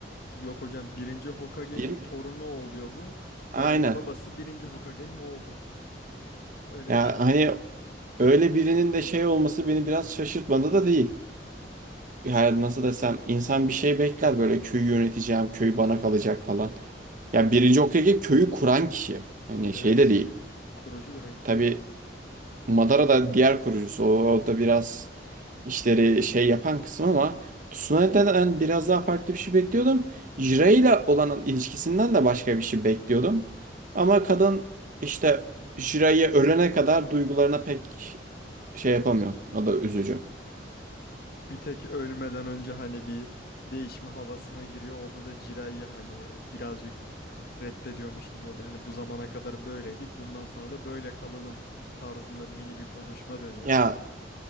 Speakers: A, on the left; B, on the right.
A: yok hocam birinci Hokage'nin
B: Bir...
A: torunu oluyor bu.
B: Aynen.
A: Yani babası birinci Hokage'nin oğlu. Öyle
B: Ya
A: bir şey.
B: hani öyle birinin de şey olması beni biraz şaşırtmadı da değil. Yani nasıl desem insan bir şey bekler böyle köyü yöneteceğim, köy bana kalacak falan. Ya birinci Hokage köyü kuran kişi. Hani
A: Evet.
B: şey de değil.
A: Kurucu direkt.
B: Tabii Madara da diğer kurucusu. O, o da biraz işleri şey yapan kısım ama Tsunade'den biraz daha farklı bir şey bekliyordum. Jiraiya ile olan ilişkisinden de başka bir şey bekliyordum. Ama kadın işte Jiraiya ölene kadar duygularına pek şey yapamıyor. O da üzücü.
A: Bir tek ölmeden önce hani bir değişme havasına giriyor. Orada da Jiraiya hani birazcık reddediyormuş gibi oluyor. Hani bu zamana kadar böyleydik. Bundan sonra da böyle kalalım tarzında mini bir konuşma dönüyor.
B: Ya